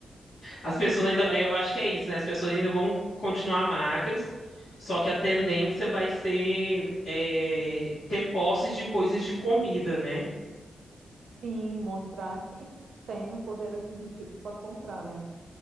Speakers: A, on the left; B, on the right.
A: As pessoas ainda, é, eu acho que é isso, né? As pessoas ainda vão continuar magras, só que a tendência vai ser é, ter posses de coisas de comida, né?
B: Sim, mostrar que tem o poder aquisitivo para comprar, né?